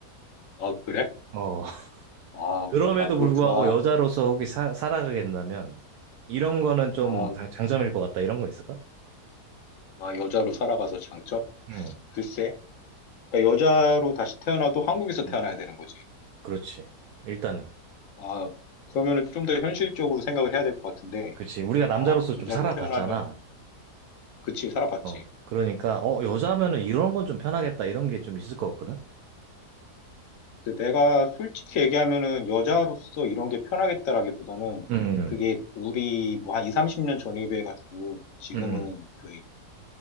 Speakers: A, on the left; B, on the right.
A: 아 그래
B: 어.
A: 아
B: 그럼에도
A: 아 그렇구나
B: 불구하고 여자로서 혹시 사- 살아가겠다면 이런 거는 좀
A: 아,
B: 당- 장점일 것 같다. 이런 거 있을까?
A: 아 여자로 살아가서 장점
B: 응,
A: 글쎄 그러니까 여자로 다시 태어나도 한국에서 태어나야
B: 응,
A: 되는 거지
B: 그렇지. 일단은.
A: 아 그러면은 좀 더 현실적으로 생각을 해야 될 것 같은데
B: 그렇지. 우리가
A: 어
B: 남자로서 좀
A: 여자로
B: 살아봤잖아.
A: 태어나면 그치 살아봤지
B: 어, 그러니까 어, 여자면은 이런 건 좀 편하겠다. 이런 게 좀 있을 것 같거든.
A: 글쎄, 내가 솔직히 얘기하면은 여자로서 이런 게 편하겠다라기보다는
B: 응,
A: 그게 우리 뭐 한 2, 30년 전에 비해가지고 지금은
B: 응,
A: 그뭐